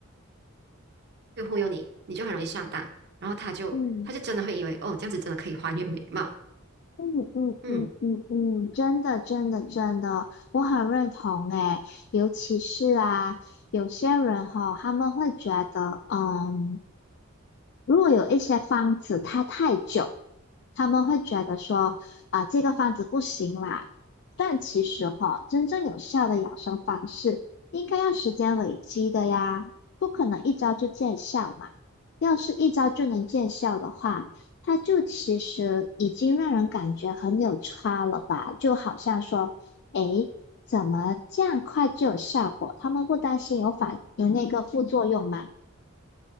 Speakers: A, on the right; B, on the left.
A: 去忽悠你，你就很容易上当，然后她就她就真的会以为哦，
B: 嗯
A: 这样子真的可以还原美貌。
B: 嗯嗯嗯嗯嗯，
A: 嗯。
B: 真的真的真的，我很认同诶，尤其是啊，有些人哈，他们会觉得，嗯。如果有一些方子它太久，他们会觉得说啊、这个方子不行啦。但其实哈、真正有效的养生方式应该要时间累积的呀，不可能一招就见效嘛。要是一招就能见效的话，它就其实已经让人感觉很有差了吧？就好像说，诶，怎么这样快就有效果？他们不担心有反有那个副作用吗？